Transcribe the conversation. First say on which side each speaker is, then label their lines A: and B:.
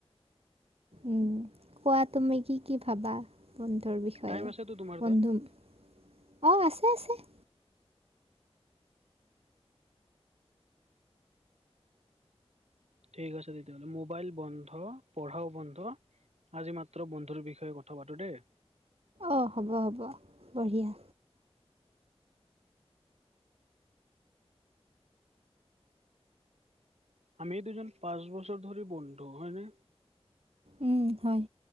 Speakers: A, on the right; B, on the right.
A: উম, কোৱা তুমি কি কি ভাবা? বন্ধৰ বিষয়ে
B: টাইম আছেতো তোমাৰ তাত
A: বন্ধু অ', আছে আছে।
B: ঠিক আছে তেতিয়াহ'লে মোবাইল বন্ধ পঢ়াও বন্ধ আজি মাত্ৰ বন্ধুৰ বিষয়ে কথা পাতোঁ দেই।
A: অঁ', হ'ব, হ'ব, বঢ়িয়া।
B: আমি দুজন পাঁচ বছৰ ধৰি বন্ধু হয়নে?
A: উম, হয়।